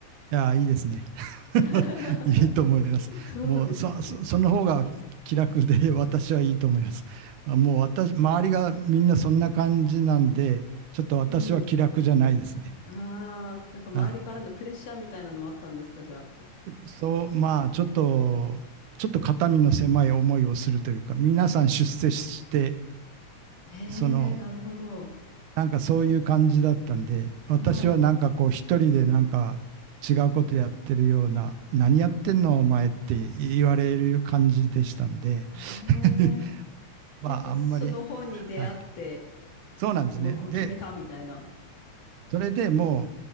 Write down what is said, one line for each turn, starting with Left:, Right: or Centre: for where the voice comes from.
Right: いや、いいですね。<laughs>
Left: <laughs>
Right: いいと思います。
Left: そうですかね。
Right: もう、そ、そ、その方が気楽で <laughs> 私はいいと思います。あもう私、周りがみんなそんな感じなんで、ちょっと私は気楽じゃないですね。
Left: うん。ああ、なんか周りからのプレッシャーみたいなのもあったんですか、
Right: はい。
Left: じゃあ。こう
Right: そう、まあ、ちょっと、ちょっと肩身の狭い思いをするというか、皆さん出世して、
Left: へ
Right: その、
Left: え、なるほど。
Right: なんかそういう感じだったんで、私はなんかこう、
Left: はい。
Right: 一人でなんか違うことやってるような、何やってんのお前って言われる感じでしたんで、
Left: あれ。
Right: <laughs> まあ、
Left: で、で、
Right: あんまり、
Left: その本に出会って、
Right: はい。そうなんですね。
Left: もうこう決めたみたいな。
Right: で、それでもう、